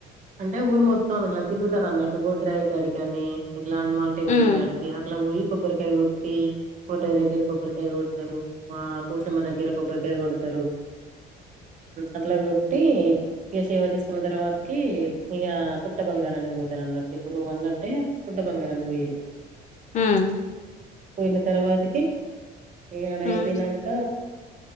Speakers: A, on the right; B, on the left.
A: అంటే ఊరు మొత్తం ఇట్లా తిరుగుతారు అన్నట్టు బోడ్ డ్రైవ్ కాడకి కాని ఇ లా హనుమాన్ టెపుల్
B: ఉమ్ ఉమ్
A: క అడికి అలా పోయి కొబ్బరికాయ కొట్టి కూర్రయ దగ్గర కొబ్బరికాయ కొడతారు మా కూసమ దగ్గర కొబ్బరికాయ కొడతారు అట్లా కొట్టి ఇక సేవ తీసుకున్న తర్వాతకి ఇక పుట్ట బంగారానికి పోతారు అన్నట్టు ఇప్పుడు నువ్వు అన్నట్టే పుట్ట బంగారానికి పోయరు
B: ఉమ్
A: పోయిన తర్వాతికి ఏ ఆడ అయిపోయినాక
B: ఉమ్